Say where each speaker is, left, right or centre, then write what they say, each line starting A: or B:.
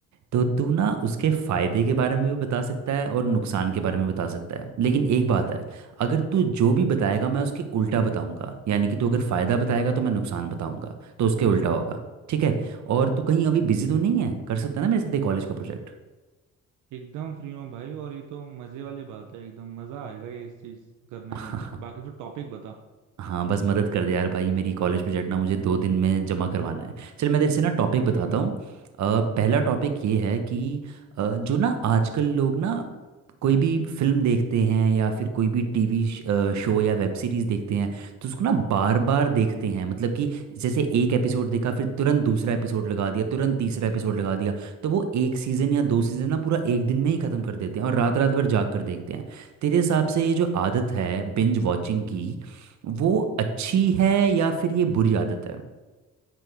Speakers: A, on the right; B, on the right.
A: तो तू ना उसके फ़ायदे के बारे में भी बता सकता है और नुकसान के बारे में बता सकता है लेकिन एक बात है अगर तू जो भी बताएगा मैं उसके उल्टा बताऊँगा यानी कि तू अगर फ़ायदा बताएगा तो मैं नुकसान बताऊँगा तो उसके उल्टा होगा ठीक है और तू कहीं अभी बिजी तो नहीं है कर सकता है ना मेरे साथ ये कॉलेज का प्रोजेक्ट
B: एकदम फ्री हूँ भाई और ये तो मजे वाली बात है एकदम मजा आएगा ये इस चीज करने
A: <laughs>
B: में तो बाकी तो टॉपिक बता
A: हाँ बस मदद कर दे यार भाई मेरी कॉलेज प्रोजेक्ट ना मुझे दो दिन में जमा करवाना है चल मैं तेरे से ना टॉपिक
B: हम्म
A: बताता
B: हम्म
A: हूँ
B: हम्म
A: अ, पहला टॉपिक ये है कि अ, जो ना आजकल लोग ना कोई भी फिल्म देखते हैं या फिर कोई भी टीवी शो या वेब सीरीज देखते हैं तो उसको ना बार बार देखते हैं मतलब कि जैसे एक एपिसोड देखा फिर तुरंत दूसरा एपिसोड लगा दिया तुरंत तीसरा एपिसोड लगा दिया तो वो एक सीज़न या दो सीज़न ना पूरा एक दिन में ही ख़त्म कर देते हैं और रात रात भर जाग कर देखते हैं तेरे हिसाब से ये जो आदत है बिंज वॉचिंग की वो अच्छी है या फिर ये बुरी आदत है